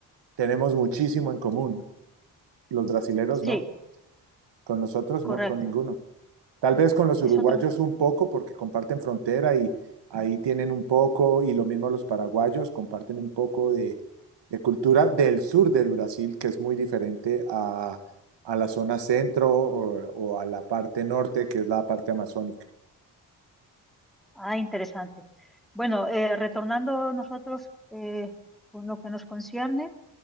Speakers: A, on the right; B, in the centre.
A: tenemos muchísimo en común. Los brasileros
B: Sí,
A: no, con nosotros
B: correcto.
A: no, con ninguno. Tal vez con los
B: Es
A: uruguayos
B: otro,
A: un poco, porque comparten frontera y ahí tienen un poco, y lo mismo los paraguayos, comparten un poco de, de cultura del sur del Brasil, que es muy diferente a, a la zona centro o, o a la parte norte, que es la parte amazónica.
B: ah, interesante. Bueno, eh, retornando nosotros eh, con lo que nos concierne,